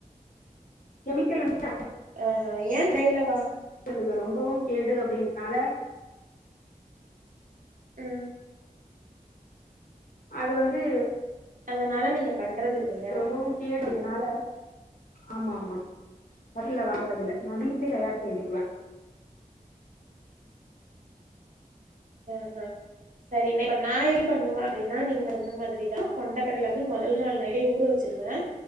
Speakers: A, on the left; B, on the right.
A: கெமிக்கல் வந்து
B: ஆஹ ஏன் கைலவா
A: இது ரொம்பவு கேடு அப்டிங்கறனால
B: ம்
A: அது வந்து
B: அதனால நீங்க பண்றது இல்லையா
A: ரொம்பவும் கேடு அதுனால ஆமா ஆமா கடையில வாங்கறதில்ல நா வீட்லே தயார் செய்துக்குவ
B: ம் ஹ செரி இப்ப நா எப்டி பண்ணுவ அப்டின்னா நீங்க சொன்ன மாதிரிதா கொண்ட கடல வந்து மொத நாள் நைட்டே ஊற வ ச்சிருவ